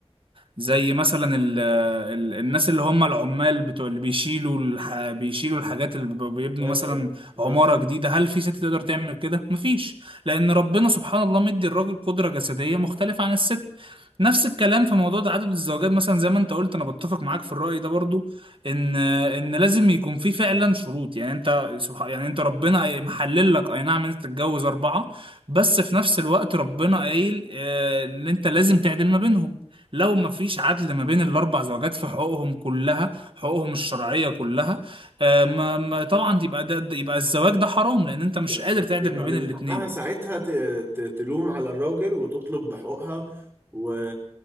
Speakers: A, on the right; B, on the right.
A: زي مثلا ال ال الناس اللي هم العمال بتوع اللي بيشيلوا الح بيشيلوا الحاجات اللي بيبقوا بيبنوا
B: مثلا
A: مثلا
B: مثلا
A: عمارة جديدة هل في ست تقدر تعمل كده؟ مفيش لأن ربنا سبحان الله مدي الراجل قدرة جسدية مختلفة عن الست نفس الكلام في موضوع تعدد الزوجات مثلا زي ما انت قلت انا بتفق معاك في الرأي ده برضو ان ان لازم يكون في فعلا شروط يعني انت سبحان يعني انت ربنا محلل لك اي نعم انت تتجوز اربعة بس في نفس الوقت ربنا قايل آه، ان انت لازم تعدل ما بينهم لو ما فيش عدل ما بين الاربع زوجات في حقوقهم كلها حقوقهم الشرعيه كلها آه، ما ما- طبعا يبقى ده ده- يبقى الزواج ده حرام لان انت مش
B: بالظبط
A: قادر تعدل
B: يبقى
A: ما بين
B: من
A: الاتنين
B: حقها ساعتها ت- ت- تلوم على الراجل وتطلب بحقوقها و...